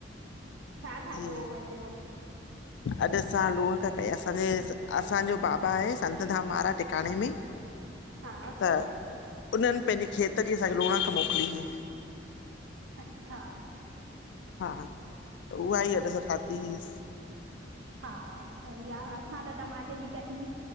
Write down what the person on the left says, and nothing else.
जी
अॼु असां लूणक कई असांजे, असांजो बाबा आहे स संतधाम महाराज टिकाणे में
त उन्हनि पंहिंजे खेत जी असांखे लोणक मोकिली ही।
हा, त उहा ही असां ठाती ईसि।